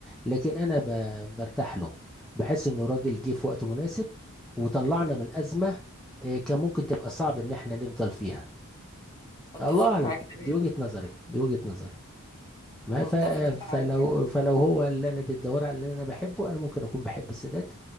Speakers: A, in the centre; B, on the left.
A: لكن انا ب- برتاح له بحس انه راجل جه في وقت مناسب وطلعنا من أزمة آه، كان ممكن تبقى صعب ان احنا نفضل فيها
B: اتفق
A: الله اعلم
B: معاك تماما
A: دي وجهة نظري دي وجهة نظري ما
B: متفقة
A: ف...
B: معاك
A: فلو
B: يعني.
A: فلو هو اللي انا بتدور على اللي انا بحبه انا ممكن اكون بحب السادات